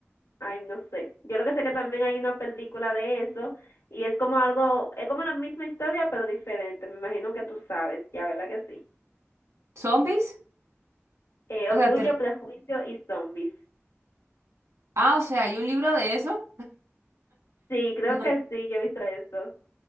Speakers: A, on the left (about 85°); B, on the right (about 80°).
A: Ay, no sé. Yo lo que sé que también hay una película de eso y es como algo, es como la misma historia pero diferente. Me imagino que tú sabes, ya, ¿verdad que sí?
B: ¿Zombies?
A: Eh,
B: O
A: Orgullo,
B: sea, te
A: Prejuicio y Zombies.
B: ah, o sea, ¿hay un libro de eso?
A: Sí, creo
B: No,
A: que sí, yo he visto esto.